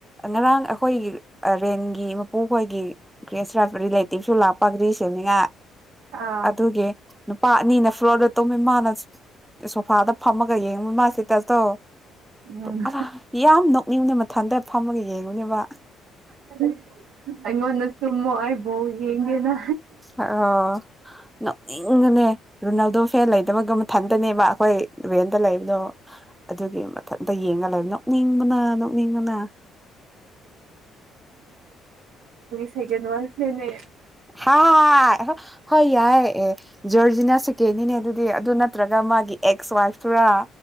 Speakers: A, in the centre; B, on the right (about 85°).
A: ꯉꯔꯥꯡ ꯑꯩꯈꯣꯏꯒꯤ ꯑ ꯔꯦꯟꯒꯤ ꯃꯄꯨꯈꯣꯏꯒꯤ ꯒ꯭ꯔꯦꯁ ꯔꯥꯛ ꯔꯤꯂꯦꯇꯤꯞꯁꯨ ꯂꯥꯛꯄ ꯑꯗꯨꯒꯤ ꯁꯦꯝꯅꯤꯉꯥꯏ
B: ꯑꯥ
A: ꯑꯗꯨꯒꯤ ꯅꯨꯄꯥ ꯑꯅꯤꯅ ꯐ꯭ꯂꯣꯔꯗ ꯇꯨꯝꯃꯦ ꯃꯥꯅ ꯁꯣꯐꯥꯗ ꯐꯝꯃꯒ ꯌꯦꯡꯉꯨ ꯃꯥ ꯏꯁꯇꯦꯇꯁ ꯇꯣ꯫
B: ꯎꯝ
A: ꯇꯣ ꯑ ꯌꯥꯝ ꯅꯣꯛ ꯃꯤ ꯌꯨꯝꯗ ꯃꯊꯟꯇ ꯐꯝꯃꯒ ꯌꯦꯡꯉꯨꯅꯦꯕ
B: ꯑꯗꯨ ꯑꯩꯉꯣꯟꯗ ꯇꯨꯝꯃꯣ ꯍꯥꯏ ꯕꯣꯜ ꯌꯦꯡꯒꯦꯅ
A: ꯑꯣ ꯅꯣꯛꯅꯤꯡꯕꯅꯦ ꯔꯨꯅꯥꯜꯗꯣ ꯐꯦꯟ ꯂꯩꯇꯕꯒ ꯃꯊꯟꯗꯅꯦꯕ ꯑꯩꯈꯣꯏ ꯔꯦꯟꯗ ꯂꯩꯕꯗꯣ ꯑꯗꯨꯒꯤ ꯃꯊꯟꯇ ꯌꯦꯡꯉ ꯂꯩꯕꯅꯣ ꯅꯣꯛꯅꯤꯡꯕꯅ ꯃꯤꯉꯣꯅ
B: <unintelligible> ꯋꯥꯏꯁꯅꯦꯃꯦ
A: ꯍ ꯍꯣꯏ ꯌꯥꯏꯑꯦ ꯖꯣꯔ ꯁꯤꯅ ꯁꯦꯀꯦꯟꯅꯤꯅꯦ ꯑꯗꯨꯗꯤ ꯑꯗꯨ ꯅꯠꯇ꯭ꯔꯒ ꯃꯒꯤ ꯑꯦꯛꯁ ꯋꯥꯏꯐꯇꯨꯔꯥ꯫